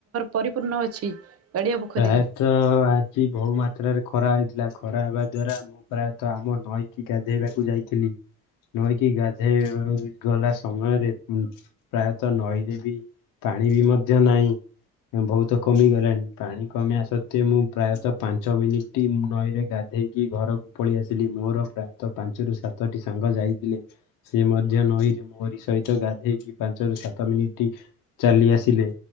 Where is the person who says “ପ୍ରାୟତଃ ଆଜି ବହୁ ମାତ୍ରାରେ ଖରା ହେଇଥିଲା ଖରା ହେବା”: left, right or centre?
Left